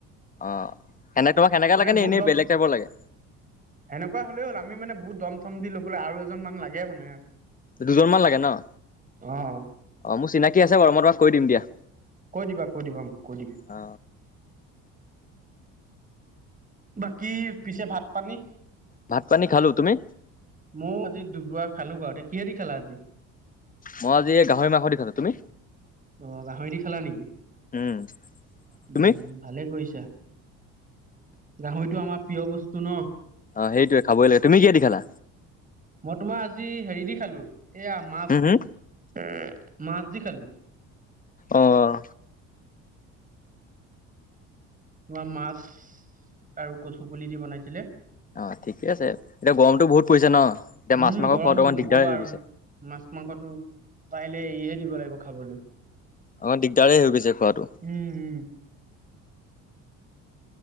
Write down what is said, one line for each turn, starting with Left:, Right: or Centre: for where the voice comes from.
Left: অ' সেনে তোমাক সেনেকা
Right: মানে
Left: লাগে নে
Right: বহুত
Left: এনেই
Right: দম
Left: বেলেগ টাইপৰ লাগে
Right: সেনেকুৱা হলেও হ'ল আমি মানে বহুত দমথম দি বোলে আৰু এজন মান লাগে মানে
Left: দুজনমানান লাগে ন?
Right: অ',
Left: অ' মোৰ চিনাকি আছে বাৰু, মই তোমাক কৈ দিম দিয়া।
Right: কৈ দিবা, কৈ দিবা, কৈ দিবা।
Left: অ
Right: বাকী পিছে ভাত পানী
Left: ভাত পানী খালো তুমি
Right: মইও আজি দুবৰা খালো বাৰুতে কিহেতি খালা আজি।
Left: মই আজি এই গাহৰি মাংস দি খালো। তুমি?
Right: অ', গাহৰি দি খালা নেকি?
Left: উম
Right: উম
Left: তুমি
Right: ভালে কৰিছা, গাহৰিটো আমাৰ প্ৰিয় বস্তু ন।
Left: অ সেইটোৱে খাবই লাগে তুমি কিহে দি খালা
Right: মই তোমাৰ আজি হেৰি দি খালো এয়া মাছ
Left: হুম হুম
Right: মাছ দি খালো।
Left: আহ।
Right: তোমাৰ মাছ আৰু কচু পুলি দি বনাইছিলে।
Left: অ' ঠিকে আছে, এতিয়া গৰমতটো বহুত পৰিছে ন, এতিয়া
Right: উম,
Left: মাছ মাংস
Right: গৰম
Left: খোৱাটো অকমান
Right: নকবা
Left: দিগদাৰ হৈ
Right: আৰু
Left: গৈছে।
Right: মাছ মাংসটো পাৰিলে এৰিহে দিব লাগিব খাবলৈ।
Left: আমাৰ দিগদাৰেই হৈ গৈছে খোৱাাতটো
Right: উম, উম,